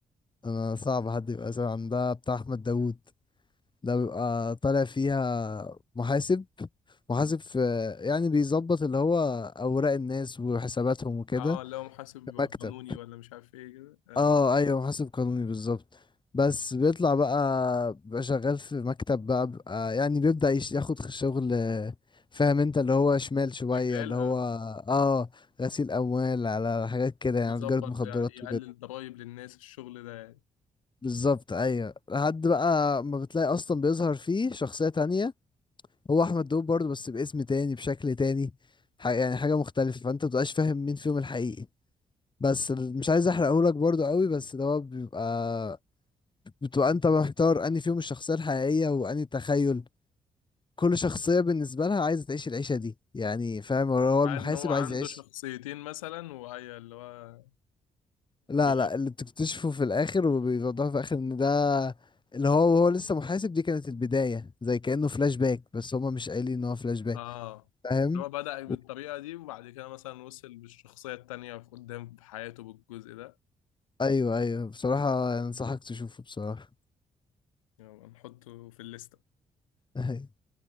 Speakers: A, on the left (about 30°); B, on the left (about 85°).
A: انا صعب حد يبقى سامع عن ده بتاع احمد داوود ده بيبقى طالع فيها محاسب محاسب في يعني بيظبط اللي هو اوراق الناس وحساباتهم وكده
B: اه اللي هو محاسب
A: في مكتب
B: قانوني ولا مش عارف ايه كده آه.
A: اه ايوه محاسب قانوني بالظبط بس بيطلع بقى بيبقى شغال في مكتب بقى بيبقى يعني بيبدأ يش- ياخد شغل فاهم انت اللي هو شمال شوية
B: شمال
A: اللي هو
B: آه.
A: اه غسيل اموال على حاجات كده يعني
B: يظبط
A: تجارة مخدرات
B: يقلل ضرايب للناس الشغل ده يعني.
A: بالظبط ايوه لحد بقى ما بتلاقي اصلا بيظهر فيه شخصية تانية هو احمد داوود برضه بس باسم تاني بشكل تاني ح- يعني حاجة مختلفة فانت مبتبقاش فاهم مين فيهم الحقيقي بس ال- مش عايز احرقهولك برضه قوي بس ده هو بيبقى بتبقى انت محتار انهي فيهم الشخصية الحقيقية وانهي تخيل كل شخصية بالنسبة لها عايزة تعيش العيشة دي يعني فاهم هو
B: قال
A: المحاسب
B: ان هو عنده
A: عايز يعيش
B: شخصيتين مثلا وهي اللي هو
A: لا
B: بي...
A: لا اللي بتكتشفه في الاخر وبيوضحوا في الاخر ان ده اللي هو وهو لسه محاسب دي كانت البداية زي كأنه فلاش باك بس هما مش قايلين ان هو فلاش باك
B: اه
A: فاهم
B: اللي هو بدأ بالطريقة
A: و-
B: دي وبعد كده مثلا وصل بالشخصية التانية في قدام في حياته بالجزء ده
A: ايوه ايوه بصراحة انصحك تشوفه بصراحة
B: يلا نحطه في الليستة
A: <laughs>